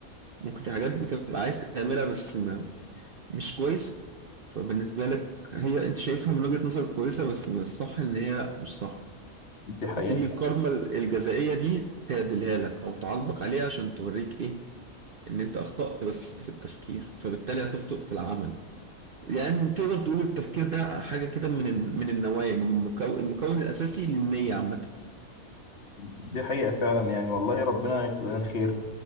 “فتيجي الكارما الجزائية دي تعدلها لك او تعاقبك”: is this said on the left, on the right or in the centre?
Right